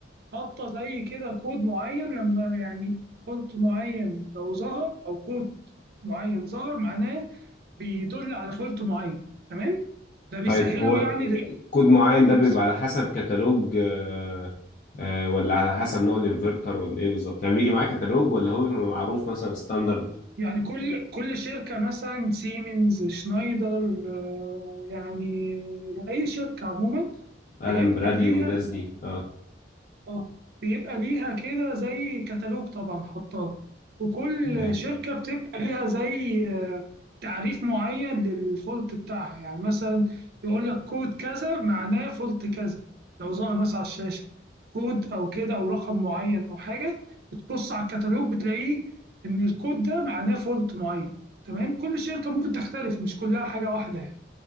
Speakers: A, on the right; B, on the left.
A: حاطه زي كده كود معين لما يعني فولت معين لو ظهر او كود معين ظهر معناه بيدل على فولت معين تمام ده بيسهله
B: طيب هو آه،
A: يعني
B: كود معين ده
A: للناس.
B: بيبقى على حسب كتالوج آه آه ولا على حسب نوع الانفرتر ولا ايه بالظبط يعني بيجي معاه كتالوج ولا هو بيبقى معروف مثلا ستاندرد
A: يعني كل كل شركة مثلا سيمنز شنايدر آه، يعني أي شركة عموما
B: ألان
A: بيبقى
B: برادلي
A: ليها
B: والناس دي اه
A: آه، بيبقى ليها كده زي كتالوج طبعا حطاه وكل
B: تمام
A: شركة بتبقى ليها زي آه، تعريف معين للفولت بتاعها يعني مثلا يقول لك كود كذا معناه فولت كذا لو ظهر مثلا على الشاشة كود أو كده أو رقم معين أو حاجة بتبص على الكتالوج بتلاقيه إن الكود ده معناه فولت معين تمام كل شركة ممكن تختلف مش كلها حاجة واحدة يعني